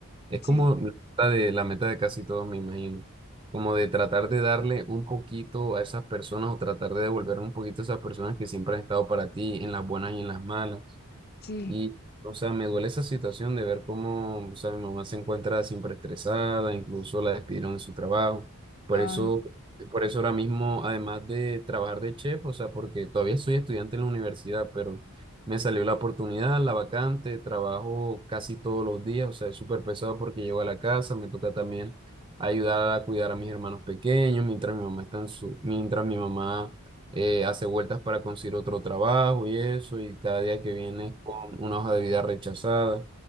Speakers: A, on the right (about 20°); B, on the left (about 45°).
A: es
B: sí,
A: como la meta de, la meta de casi todos, me imagino, como de tratar de darle un poquito a esas personas o tratar de devolver un poquito a esas personas que siempre han estado para ti en las buenas y en las malas.
B: sí.
A: Y, o sea, me duele esa situación de ver cómo, o sea, mi mamá se encuentra siempre estresada, incluso la despidieron de su trabajo. Por
B: Ay,
A: eso, por eso ahora mismo, además de trabajar de chef, o sea, porque todavía soy estudiante en la universidad, pero me salió la oportunidad, la vacante, trabajo casi todos los días, o sea, es súper pesado porque llego a la casa, me toca también ayudar a cuidar a mis hermanos pequeños, mientras mi mamá está en su, mientras mi mamá eh, hace vueltas para conseguir otro trabajo y eso, y cada día que viene con una hoja de vida rechazada.